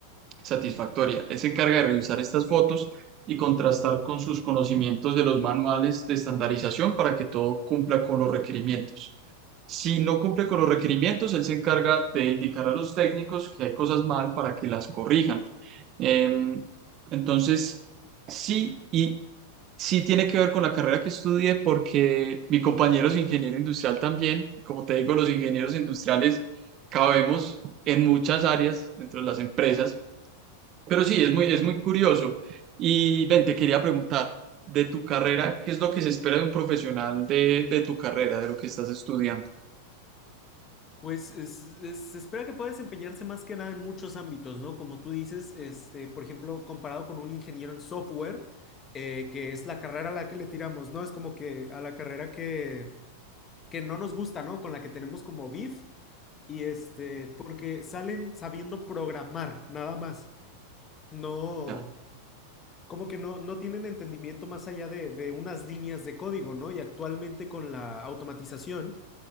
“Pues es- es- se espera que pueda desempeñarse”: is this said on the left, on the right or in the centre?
Left